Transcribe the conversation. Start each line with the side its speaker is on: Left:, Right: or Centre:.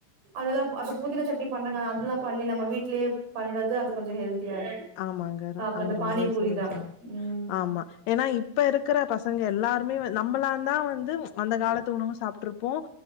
Right: அதெல்லா அது புதினா சட்னி பண்ணுன அதுல்லா பண்ணி நம்ம வீட்லயே பண்றது அது கொஞ்சொ ஹெல்தியா இருக்கு
Left: ஆமா அங்கற
Right: சாப்பட்றது
Left: அவ்ங்க ரொம்பவே
Right: பானிபூரிதா
Left: சரியா சொன்னீங்க
Right: ம்
Left: ஆமா ஏன்னா இப்ப இருக்குற பசங்க எல்லாருமே நம்மளாந் தா வந்து அந்த காலத்து உணவு சாப்ருப்போ